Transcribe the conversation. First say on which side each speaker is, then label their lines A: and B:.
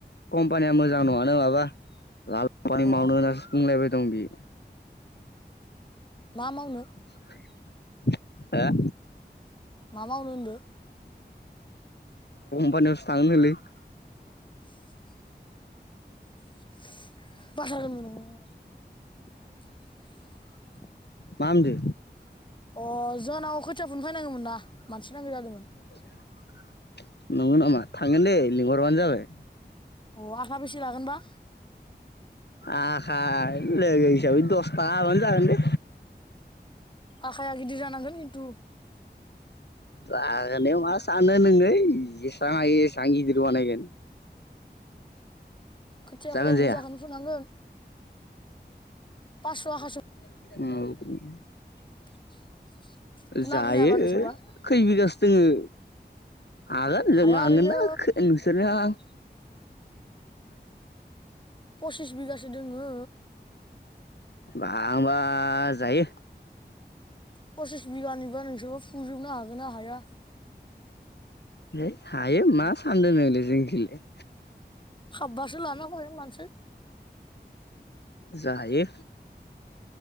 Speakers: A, on the left; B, on the left.
A: कम्पानिया मोजां नङानो माबा लालफानि
B: अ
A: मावनो होनासो बुंलायबाय दं बियो
B: मा मावनो
A: <unintelligible> हा
B: मा मावो होनदो <unintelligible>
A: यावसो थांनो नोंलै
B: <unintelligible> <unintelligible> अ जानाव <unintelligible>
A: मा होनदो
B: फुनो फैनांगौमोन ना मानसि नांगौ जादोंमोन
A: <unintelligible> नंगौ नामा थांगोन दे लिंहरबानो जाबाय
B: अ आखा बेसे लागोनबा
A: आ खाय लोगो हिसाबै दस तागा होबानो जागोन दे।
B: आखाया गिदिर जानांगोन किन्थु।
A: जागोन दे मा सानदो नोङै जेसां हायो एसां गिदिर बानायगोन।
B: खोथियाखो
A: जागोन
B: बुरजाखोनो
A: जाया
B: फुनांगोन पासस' आखासे
A: औ
B: <unintelligible> फुनो
A: जायो
B: हागोन ना हायाबा नोंसोरबा
A: खै बिगासो जोङो हागोन जों
B: हाया
A: लांगोन
B: ओरैनो
A: ना खो-नोंसोरनो <unintelligible>
B: पसिस बिगासो दोङो
A: बा होमबा जायो।
B: फसिस बिगानिबा नोंसोरबो फु फुजोबनो हागोन ना हाया
A: है हायो मा सानदों नोंलै जों खोलाय
B: खाबासो लाना फाय मानसि
A: जायो।